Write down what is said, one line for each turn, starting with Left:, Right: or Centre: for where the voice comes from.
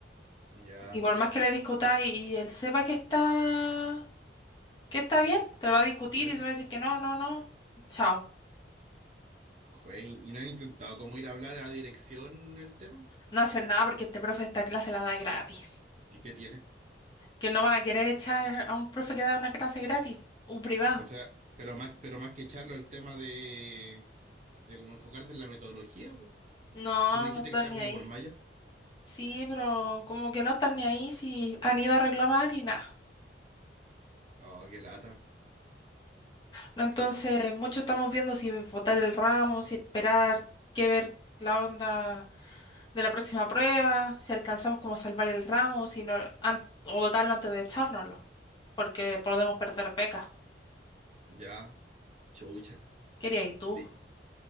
Right: Ya.
Left: Y por más que le discutáis y él sepa que está, que está bien, te va a discutir
Right: ¿Ya?
Left: y te va a decir que no, no, no, chao.
Right: Jue- ¿y no han intentado cómo ir a hablar a dirección el tema?
Left: No hacen nada porque este profe esta clase la da gratis.
Right: ¿Y qué tiene?
Left: Que no van a querer echar a un profe que da una clase gratis, un privado.
Right: O sea, pero más, pero más que echarlo el tema de, de cómo enfocarse en la metodología, po.
Left: No,
Right: Si no dijiste
Left: no están
Right: que está
Left: ni
Right: como
Left: ahí.
Right: por malla.
Left: Sí, pero como que no están ni ahí si han ido a reclamar y nada.
Right: Oh, qué lata.
Left: ¿no? Entonces,
Right: Uh,
Left: muchos estamos viendo si votar el ramo, si esperar, qué ver la onda de la próxima prueba, si alcanzamos como a salvar el ramo, si no, an- o votarlo antes de echárnoslo, porque podemos perder becas.
Right: ya, chucha.
Left: Quería ir tú.
Right: Pri-